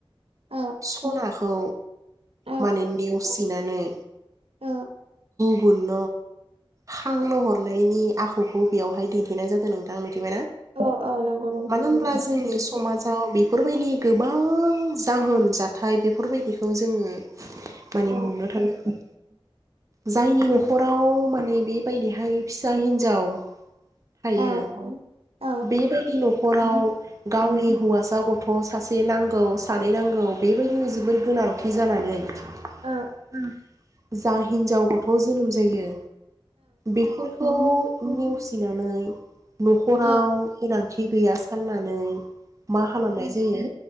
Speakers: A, on the right; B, on the right.
A: औ
B: सना खौ
A: औ
B: मानिन्दियाव सिनानै
A: औ
B: अन खां
A: औ
B: हरनायनि आखुखौ बेवहाय दिन्थिनाय जादों नों निसिम
A: औ औ नंगौ नंगौ
B: मानो
A: नंगौ
B: होनब्ला जोंनि समाजाव बे बेफोरबायदि गोबां जाहोन जाथाय बेफोरबायदिखौ जोङो माने
A: औ
B: मोननो थांङा जायनि न'खराव माने बेबायदिहाय फिसा हिन्जाव थायो
A: औ औ
B: बेबायदि न'खराव गावनि हौवासा बा गथ' सासे नांगौ सानै नांगौ बेबायदिनो जोबोर गोनांथि जानानै उम
A: औ
B: जाहोयो हिनजाव गथ' जोनोम जायो बेफोरखौ फिनानै न'खराव
A: औ
B: गोनांथि गैया फाननानै मा खालामनाय जायो